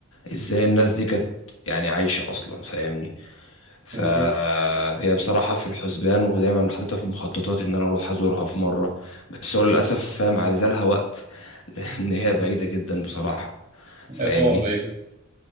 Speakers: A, on the left; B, on the right.
A: ازاي الناس دي كانت يعني عايشة اصلا فاهمني فهي
B: بالظبط
A: بصراحة في الحسبان ودايما حاططها في مخططاتي ان انا اروح ازورها في مرة بس هو للاسف فاهم عايزة لها وقت <laughs> لان هي بعيدة جدا بصراحة فاهمني
B: آه، طبعا بعيدة